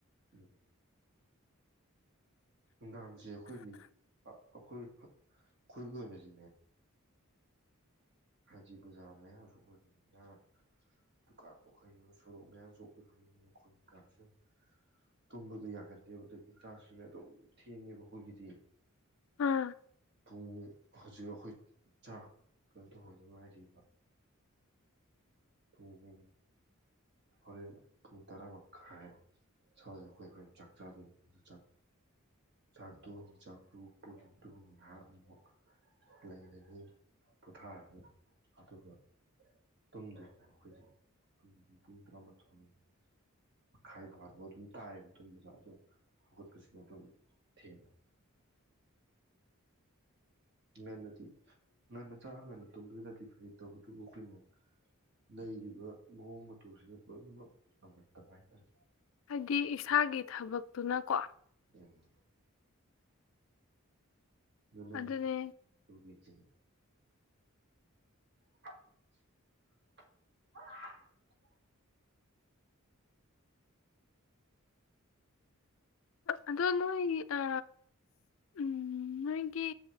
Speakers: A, on the right (about 50°); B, on the left (about 65°).
A: ꯎꯝ ꯅꯨꯡꯗꯥꯡꯁꯦ ꯑꯩꯈꯣꯏꯒꯤ ꯑꯣꯈꯣꯏ ꯈꯣꯏ ꯀꯁꯤ ꯍꯥꯏꯗꯤ ꯕꯖꯥꯔ ꯃꯌꯥꯝ ꯑꯁꯨ ꯑꯣꯏꯕꯅꯤꯅ ꯗꯨꯀꯥꯟ ꯃꯈꯣꯏ ꯁꯣꯔꯣꯛ ꯃꯌꯥꯝꯁꯨ ꯑꯣꯏꯕꯅꯤꯅ ꯃꯈꯣꯏꯒꯤꯩꯀꯥꯁꯨ ꯇꯨꯝꯕꯗꯣ ꯌꯥꯒꯟꯗꯦꯕꯗꯒꯤ ꯆꯥꯛꯁꯤꯅ ꯑꯗꯨꯝ ꯊꯦꯡꯉꯦꯕ ꯑꯩꯈꯣꯏꯒꯤꯗꯤ
B: ꯑꯥ
A: ꯄꯨꯡ ꯍꯧꯖꯤꯛ ꯑꯩꯈꯣꯏ ꯆꯥꯛ ꯑꯗꯨ ꯑꯗꯨ ꯉꯥꯏꯔꯤꯕ ꯄꯨꯡ ꯍꯣꯔꯦꯟ ꯄꯨꯡ ꯇꯔꯥꯃꯈꯥꯏ ꯁꯋꯥꯏꯗ ꯑꯩꯈꯣꯏ ꯍꯣꯔꯦꯟ ꯆꯥꯛ ꯆꯥꯗꯣꯏꯅꯤ ꯑꯗꯨ ꯆꯥꯛ ꯆꯥꯛ ꯇꯣꯛꯅꯤ ꯆꯥꯛ ꯄꯨ ꯇ ꯉꯍꯥꯛ ꯑꯃꯨꯛ ꯂꯩꯔꯅꯤ ꯄꯣꯊꯥꯔꯅꯤ ꯑꯗꯨꯒ ꯇꯨꯝꯗꯣꯏꯅꯦ ꯑꯩꯈꯣꯏꯗꯤ ꯄꯨꯡ ꯇꯔꯥꯃꯥꯊꯣꯏ ꯃꯈꯥꯏ ꯕꯥꯔ ꯐꯥꯎ ꯑꯗꯨꯝ ꯇꯥꯏꯑꯕ ꯇꯨꯝꯕꯗ ꯑꯗꯨꯗꯣ ꯍꯧꯒꯠꯄꯁꯤꯅ ꯑꯗꯨꯝ ꯊꯦꯝꯕ ꯉꯟꯅꯗꯤ ꯉꯟꯅ ꯆꯔ ꯉꯟꯅ ꯇꯨꯝꯕꯗꯨꯅꯗꯤ ꯐꯩ ꯇꯧꯕꯇꯕꯨ ꯑꯩꯈꯣꯏꯅ ꯂꯩꯔꯤꯕ ꯃꯑꯣꯡ ꯃꯇꯧꯁꯤꯗ ꯂꯣꯏꯅꯃꯛ ꯉꯝꯍꯟꯗꯕ ꯍꯥꯏꯇꯥꯔꯦ
B: ꯍꯥꯏꯗꯤ ꯏꯁꯥꯒꯤ ꯊꯕꯛꯇꯨꯅꯀꯣ
A: ꯎꯝ ꯑꯗꯨ ꯅꯪ
B: ꯑꯗꯨꯅꯦ
A: ꯅꯨꯄꯤ ꯀꯃꯥꯏ ꯀꯃꯥꯏ ꯇꯧꯒꯦ ꯎ ꯍ
B: ꯑꯗꯣ ꯅꯣꯏ ꯑ ꯎꯝ ꯅꯣꯏꯒꯤ